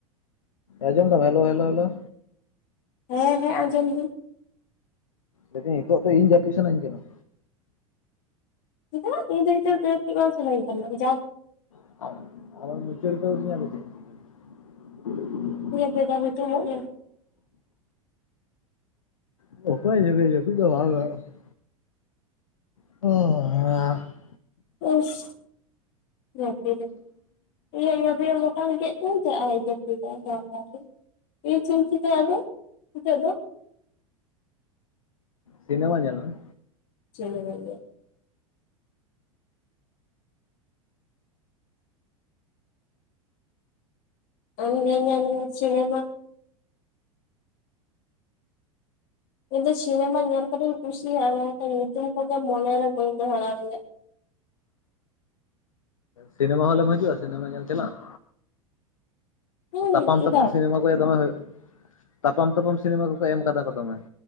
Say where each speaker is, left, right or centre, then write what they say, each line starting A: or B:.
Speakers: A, on the left (about 70°); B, on the left (about 45°).
A: ᱟᱸᱡᱚᱢ ᱫᱟᱢ ᱦᱮᱞᱳ ᱦᱮᱞᱳ ᱦᱮᱞᱳ ᱦᱮᱞᱳ
B: ᱦᱮᱸ ᱦᱮᱸ ᱟᱸᱡᱚᱢ ᱫᱟᱹᱤᱧ ᱾
A: ᱞᱟᱹᱭᱰᱤᱧ ᱱᱤᱛᱚᱜ ᱫᱚ ᱤᱧ ᱡᱟᱹᱯᱤᱫ ᱥᱟᱱᱟᱧ ᱠᱟᱱᱟ᱾
B: ᱪᱤᱫᱟᱺ ᱤᱧ ᱫᱚ ᱱᱤᱛᱚᱜ ᱫᱚ ᱡᱟᱯᱤᱫ ᱵᱟᱝ ᱠᱟᱱᱟ ᱡᱟ
A: <inaudible>
B: ᱢᱮᱫᱦᱟᱸ ᱦᱩᱛᱩᱢᱚᱜ ᱢᱮ᱾
A: <unintelligible> <unintelligible>
B: ᱚᱣᱩᱥ ᱡᱟᱯᱤᱰᱟᱭ <unintelligible> ᱤᱧ ᱪᱮᱧ ᱪᱤᱠᱟᱹᱭᱟ ᱟᱫᱚ ᱱᱤᱛᱚᱜ ᱫᱚ?
A: ᱥᱤᱱᱤᱢᱟ ᱧᱮᱞ ᱢᱮ᱾
B: ᱥᱤᱱᱤᱢᱟᱧ ᱧᱮᱞ ᱟᱢ ᱜᱮ ᱧᱮᱞ ᱢᱮ ᱥᱤᱱᱤᱢᱟ᱾ ᱤᱧ ᱫᱚ ᱥᱤᱱᱤᱢᱟ ᱧᱮᱞ ᱠᱟᱫᱤᱧ ᱠᱩᱥᱤᱭᱟᱜᱼᱟ ᱢᱮᱱᱠᱷᱟᱱ ᱧᱩᱛᱩᱢ ᱠᱚᱜᱮ ᱢᱚᱱᱮᱨᱮ ᱵᱟᱹᱧ ᱫᱚᱦᱚ ᱫᱟᱲᱮᱭᱟᱜ
A: ᱥᱤᱱᱤᱢᱟ ᱦᱚᱞᱢ ᱦᱤᱡᱩᱜᱼᱟ ᱥᱤᱱᱤᱢᱟ ᱧᱮᱞ ᱪᱟᱞᱟᱜᱼᱟ
B: ᱦᱩᱸ
A: ᱛᱟᱯᱟᱢ
B: ᱪᱮᱫᱟᱜ
A: ᱛᱟᱯᱟᱢ ᱥᱤᱱᱤᱢᱟ ᱫᱚᱢᱮ ᱦᱩᱭᱩᱜ ᱛᱟᱯᱟᱢ ᱛᱟᱯᱟᱢ ᱥᱤᱱᱤᱢᱟ ᱠᱚᱠᱚ ᱮᱢ ᱠᱟᱫᱟ ᱠᱚ ᱫᱚᱢᱮ᱾